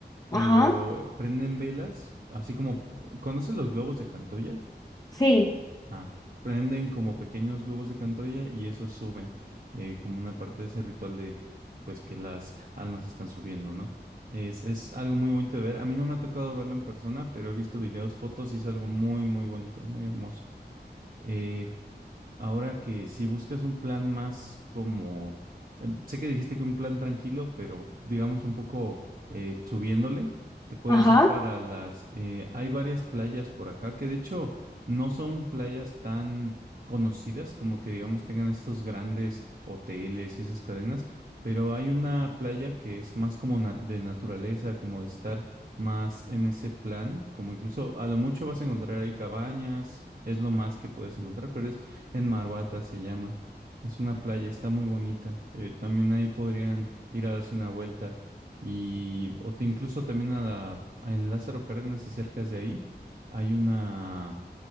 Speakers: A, on the right (about 55°); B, on the left (about 20°).
A: pero
B: ajá,
A: prenden velas, así como, ¿conoces los globos de Cantoya?
B: sí,
A: Ah, prenden como pequeños globos de Cantoya y esos suben, eh, como una parte de ese ritual de, pues que las almas están subiendo, ¿no? Es, es algo muy bonito de ver. A mí no me ha tocado verlo en persona, pero he visto videos, fotos y es algo muy, muy bonito, muy hermoso. Eh, Ahora que si buscas un plan más como, eh, sé que dijiste que un plan tranquilo, pero digamos un poco eh, subiéndole, te puedes
B: ajá.
A: ir para las, eh, hay varias playas por acá que de hecho no son playas tan conocidas como que digamos tengan estos grandes hoteles y esas cadenas, pero hay una playa que es más como na- de naturaleza, como de estar más en ese plan, como incluso a lo mucho vas a encontrar ahí cabañas, es lo más que puedes encontrar, pero es en Marhuata se llama. Es una playa, está muy bonita. Eh, también ahí podrían ir a darse una vuelta. Y o te- incluso también a la, a- en Lázaro Cárdenas y cerca de ahí hay una,